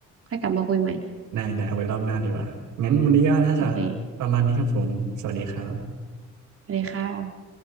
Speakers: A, on the right; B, on the right.
A: ค่อยกลับมาคุยใหม่
B: ได้ได้เอาไว้รอบหน้าดีกว่างั้นวันนี้ก็น่าจะ
A: โอเค
B: ประมาณนี้ครับผมสวัสดีครับ
A: ไปเลยค่ะ